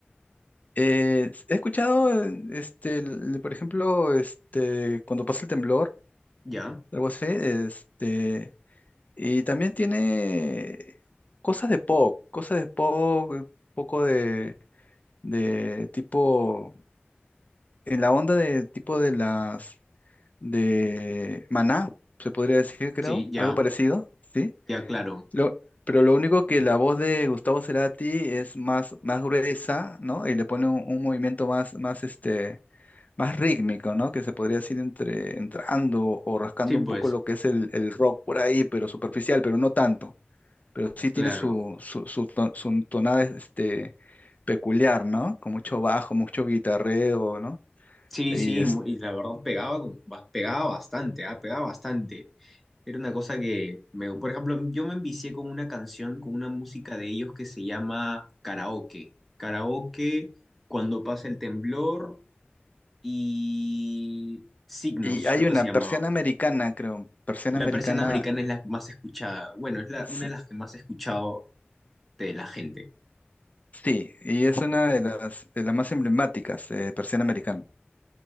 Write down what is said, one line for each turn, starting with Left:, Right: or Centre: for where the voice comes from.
Left: Eh, he escuchado, eh, este, el- por ejemplo, este, cuando pasa el temblor,
Centre: Ya,
Left: algo así, este, y también tiene cosas de pop, cosas de pop, un poco de, de tipo en la onda de tipo de las de Maná, se podría decir, creo,
Centre: sí, ya,
Left: algo parecido, ¿sí?
Centre: ya, claro,
Left: Lo, pero lo único que la voz de Gustavo Cerati es más, más gruesa, ¿no? Y le pone un, un movimiento más, más, este, más rítmico, ¿no? Que se podría decir entre, entrando o rascando
Centre: sí, pues,
Left: un poco lo que es el, el rock por ahí, pero superficial, pero no tanto. Pero sí
Centre: claro,
Left: tiene su, su, su, ton- su tonada, este, peculiar, ¿no? Con mucho bajo, mucho guitarreo, ¿no?
Centre: sí,
Left: Y
Centre: sí, mu- y la verdad pegaba, como- ba- pegaba bastante, ah, Pegaba bastante. Era una cosa que, me, por ejemplo, yo me envicié con una canción, con una música de ellos que se llama Karaoke, Karaoke, Cuando pasa el temblor. y Signos,
Left: Y hay
Centre: creo
Left: una
Centre: que se
Left: persiana
Centre: llamaba.
Left: americana, creo, persiana
Centre: La
Left: americana,
Centre: persiana americana es la más escuchada, bueno, es la,
Left: s-
Centre: una de las que más he escuchado de la gente.
Left: sí, y es una de las, de las más emblemáticas, eh, persiana americana.